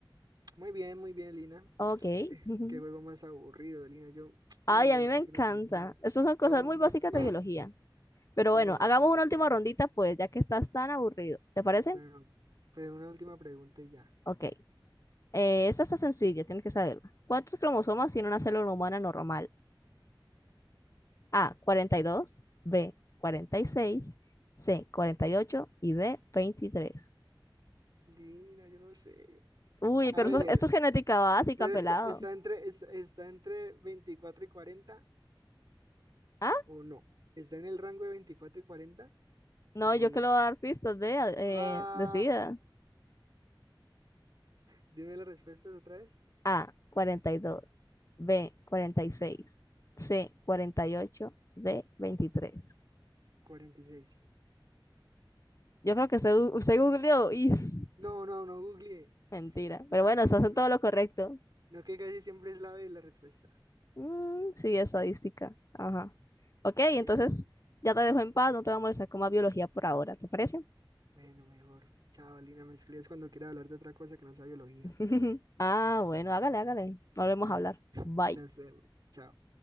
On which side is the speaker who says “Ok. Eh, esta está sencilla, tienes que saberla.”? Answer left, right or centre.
Left